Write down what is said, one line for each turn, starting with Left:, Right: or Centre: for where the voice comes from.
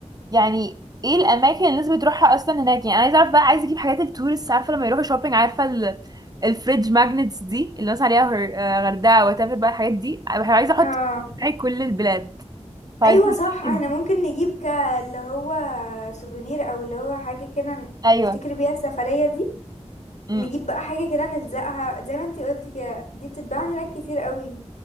Right: يعني ايه الاماكن اللي الناس بتروحها اصلا هناك يعني انا عايزه اعرف بقى عايزه اجيب حاجات التورست عارفه لما يروحوا شوبينج عارفه ال... الفريج ماجنتس دي اللي الناس عليها هر- آه، غردقه وتافر بقى الحاجات دي أنا عايزه احط
Left: اه
Right: في كل البلاد فعايزين
Left: ايوه صح احنا
Right: <laughs>
Left: ممكن نجيب ك اللي هو سوفينير او اللي هو حاجه كده ن-
Right: ايوه
Left: نفتكر بيها السفريه دي
Right: امم
Left: نجيب بقى حاجه كده نلزقها زي ما انتي قلتي كده دي بتتباع هناك كتير قوي